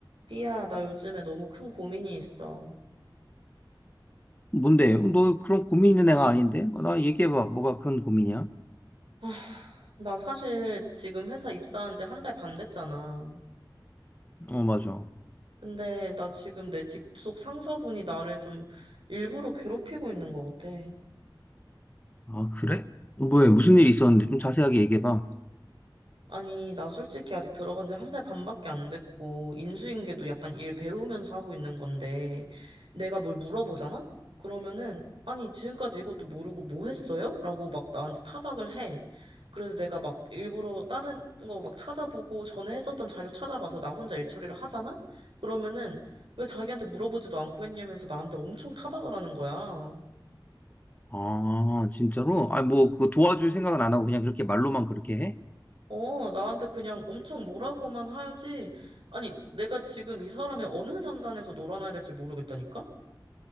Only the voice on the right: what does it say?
삐야, 나 요즘에 너무 큰 고민이 있어.
아, 나 사실 지금 회사 입사한 지 한 달 반 됐잖아.
근데 나 지금 내 직속 상사분이 나를 좀 일부러 괴롭히고 있는 것 같아.
아니, 나 솔직히 아직 들어간 지 한 달 반밖에 안 됐고, 인수인계도 약간 일 배우면서 하고 있는 건데, 내가 뭘 물어보잖아? 그러면은, 아니, 지금까지 이것도 모르고 뭐 했어요? 라고 막 나한테 타박을 해. 그래서 내가 막 일부러 다른 거 막 찾아보고, 전에 했었던 자료 찾아봐서 나 혼자 일 처리를 하잖아? 그러면은, 왜 자기한테 물어보지도 않고 했냐면서 나한테 엄청 타박을 하는 거야.
어, 나한테 그냥 엄청 뭐라고만 하지. 아니, 내가 지금 이 사람의 어느 장단에서 놀아나야 될지 모르겠다니까?